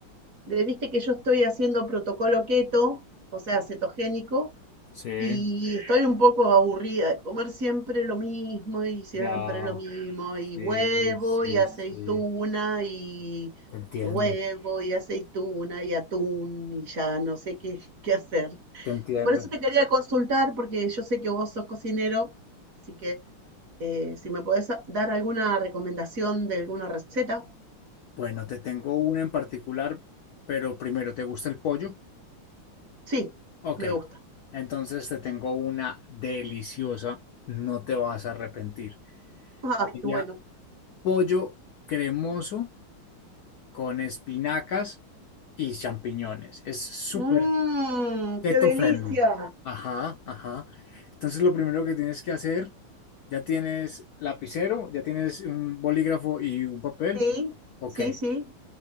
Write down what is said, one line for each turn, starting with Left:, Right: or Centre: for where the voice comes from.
Right: de- viste que yo estoy haciendo protocolo keto, o sea, cetogénico,
Left: Sí,
Right: y estoy un poco aburrida de comer siempre lo mismo y siempre
Left: ya.
Right: lo mismo, y
Left: Sí,
Right: huevo
Left: sí,
Right: y aceituna
Left: sí.
Right: y
Left: Te entiendo,
Right: huevo y aceituna y atún y ya no sé qué, qué hacer.
Left: te entiendo.
Right: Por eso te quería consultar, porque yo sé que vos sos cocinero, así que... Eh, si me podés dar alguna recomendación de alguna receta.
Left: Bueno, te tengo una en particular, pero primero, ¿te gusta el pollo?
Right: Sí,
Left: Ok,
Right: me gusta.
Left: entonces te tengo una deliciosa, no te vas a arrepentir.
Right: <laughs> Ay,
Left: Sería
Right: qué bueno.
Left: pollo cremoso con espinacas y champiñones. Es súper
Right: Mmm,
Left: Keto
Right: qué delicia.
Left: friendly. Ajá, ajá. Entonces lo primero que tienes que hacer, ya tienes lapicero, ya tienes un bolígrafo y un papel.
Right: Sí,
Left: Ok,
Right: sí, sí,